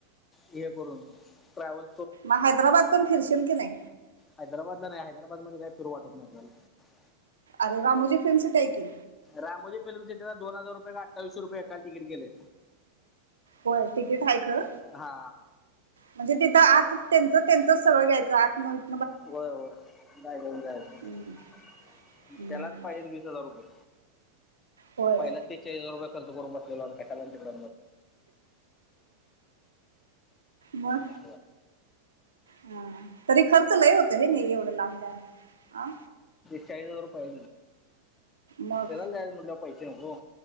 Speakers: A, on the left; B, on the right.
A: हे करून ट्रॅव्हल
B: मग हैदराबाद पून फिरशील की नाही
A: हैदराबादला नाही हैदराबाद मध्ये काही सुरवटत नाही आपल्याला
B: अरे रामोजी फिल्म सिटी आहे की
A: रामोजी फिल्म सिटीला दोन हजार रुपये का अठ्ठावीशे रुपये एकाल तिकीट गेले
B: होय तिकीट आहेय ख
A: हा
B: म्हणजे तिथं आत त्यांच त्यांच सगळं घ्यायचं आात म्ह
A: होय हो जाय देऊन जायच
B: हम्म, हम्म.
A: त्यालाच पाहिजे वीस हजार रुपये
B: होय
A: पहिला ते ळी रुपये खर्च करून बसलेला आणि कााला तिकड
B: मग
A: अ
B: हा तरी खर्च लय होत हे नाही एवढं लांबय अ
A: च र पय
B: मग
A: ए जा मुट पैसे नको